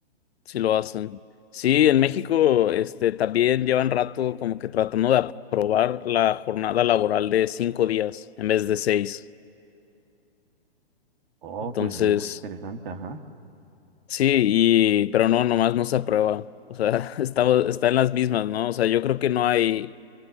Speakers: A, on the left; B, on the right.
A: sí lo hacen. Sí, en México, este, también llevan rato como que tratando de aprobar la jornada laboral de cinco días en vez de seis.
B: Oh,
A: Entonces,
B: pues muy, muy interesante, ajá.
A: sí, y, pero no, nomás no se aprueba. O sea, <laughs> está, está en las mismas, ¿no? O sea, yo creo que no hay.